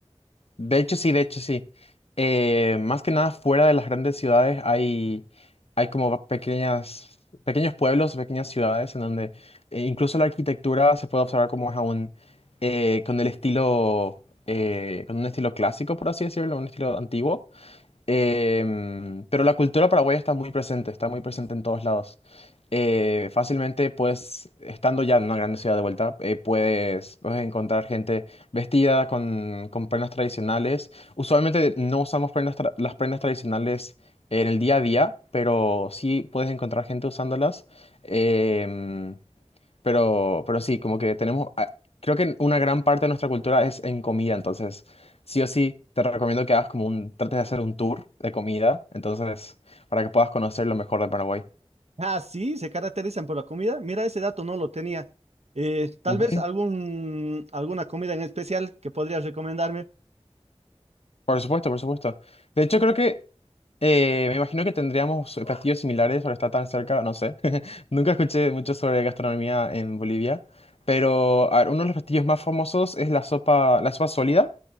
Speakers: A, on the left; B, on the right.
A: De hecho, sí, de hecho, sí. Eh, más que nada, fuera de las grandes ciudades hay, hay como pequeñas, pequeños pueblos, pequeñas ciudades en donde eh, incluso la arquitectura se puede observar como es aún eh, con el estilo, eh, con un estilo clásico, por así decirlo, un estilo antiguo. Em, pero la cultura paraguaya está muy presente, está muy presente en todos lados. Eh, fácilmente, pues, estando ya en una gran ciudad de vuelta, eh, puedes, puedes encontrar gente vestida con, con prendas tradicionales. Usualmente no usamos prendas tra- las prendas tradicionales en el día a día, pero sí puedes encontrar gente usándolas. Em, pero, pero sí, como que tenemos, ah, creo que una gran parte de nuestra cultura es en comida, entonces sí o sí te recomiendo que hagas como un, trates de hacer un tour de comida, entonces para que puedas conocer lo mejor de Paraguay.
B: Ah, sí, se caracterizan por la comida. Mira, ese dato no lo tenía. Eh, tal
A: Ujú.
B: vez algún, alguna comida en especial que podrías recomendarme.
A: Por supuesto, por supuesto. De hecho, creo que Eh, me imagino que tendríamos platillos similares por estar tan cerca, no sé. <laughs> Nunca escuché mucho sobre gastronomía en Bolivia, pero a ver, uno de los platillos más famosos es la sopa, la sopa sólida,